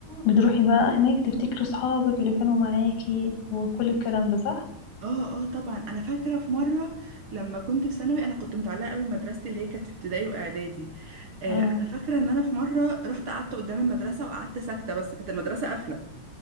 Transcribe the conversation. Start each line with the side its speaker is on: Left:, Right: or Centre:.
Left: بتروحي بقى هناك تفتكري صحابك اللي كانوا معاكي وكل الكلام ده صح
Right: اه اه طبعا انا فاكره في مره لما كنت في ثانوي انا كنت متعلقه قوي بمدرستي اللي هي كانت في ابتدائي واعدادي آه
Left: امم
Right: انا فاكره ان انا في مره رحت قعدت قدام المدرسه وقعدت ساكته بس كانت المدرسه قافله